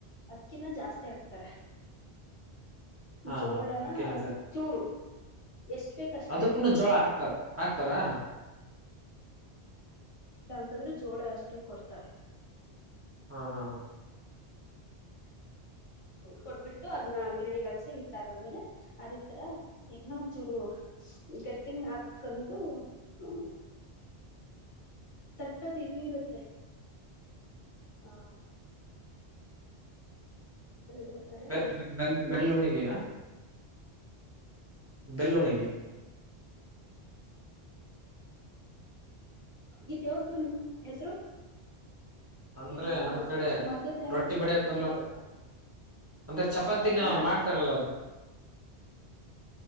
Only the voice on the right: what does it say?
ಹಾ
ಹಾ ಅಕ್ಕಿನ
ಅದಕ್ಕೂನ್ನ ಜೋಳ ಹಾಕ್ತಾರ ಹಾಕ್ತಾರಾ
ಹಾ ಹಾ ಹಾ
ಬೆ
ಬೆ ಬೆಲ್ಲುಣಿಗೆಿನ <unintelligible> ಬೆಲ್ಲೋಣಿಗೆ
ಅಂದ್ರೆ
ನಮ್ ಕಡೆ
ರೊಟ್ಟಿ ಬಡಿಯಕ್
ಬರ್ಲ್ಲ ಅಂದ್ರೆ ಚಪಾತಿನ
ಮಾಡ್ತಾರಲ್ಲ ಅದು